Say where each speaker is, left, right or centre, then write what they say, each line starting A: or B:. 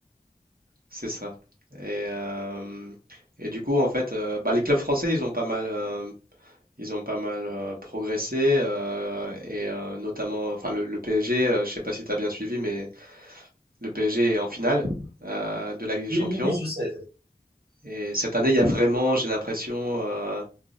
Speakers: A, on the right; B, on the right.
A: C'est ça. Et, euh, et du coup, en fait, euh, bah, les clubs français, ils ont pas mal. euh, Ils ont pas mal euh, progressé euh, et euh, notamment, enfin le, le PSG, euh, je sais pas si tu as bien suivi, mais le PSG est en finale euh, de la Ligue des
B: Oui,
A: Champions.
B: oui, oui, je sais.
A: Et cette année, il y a vraiment, j'ai l'impression, euh,